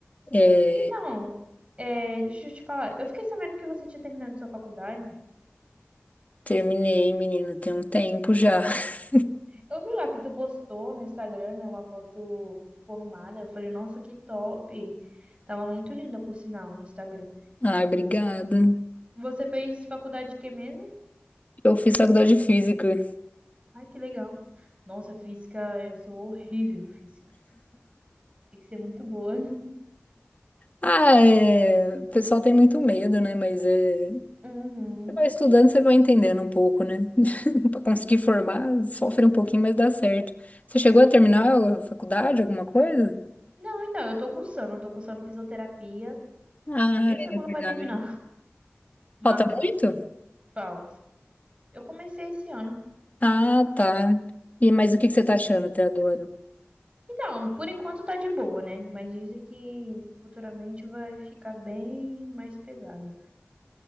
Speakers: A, on the left (about 35°); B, on the right (about 25°).
A: É,
B: Então, é, deixa eu te falar. Eu fiquei sabendo que você tinha terminado sua faculdade.
A: terminei, menino, tem um tempo já. <laughs>
B: Eu vi lá que tu postou no Instagram, né, uma foto formada. Eu falei, nossa, que top. Tava muito linda, por sinal, no Instagram.
A: Ai, obrigada.
B: Você fez faculdade de quê mesmo?
A: Eu fiz faculdade de física.
B: Ai, que legal. Nossa, física, eu sou horrível, em física. Tem que ser muito boa. <laughs>
A: Ah, é, o pessoal tem muito medo, né? Mas é, você
B: Uhum.
A: vai estudando, você vai entendendo um pouco, né? <laughs> Pra conseguir formar, sofre um pouquinho, mas dá certo. Você chegou a terminar a faculdade, alguma coisa?
B: Não, então, eu tô cursando, eu tô cursando fisioterapia
A: Ah,
B: e nem sei quando
A: é verdade.
B: vai terminar, <laughs> mas
A: Falta muito?
B: falta. Eu comecei esse ano.
A: Ah, tá. E, mas o que que você tá achando até agora?
B: Então, por enquanto tá de boa, né? Mas dizem que futuramente vai ficar bem mais pesado.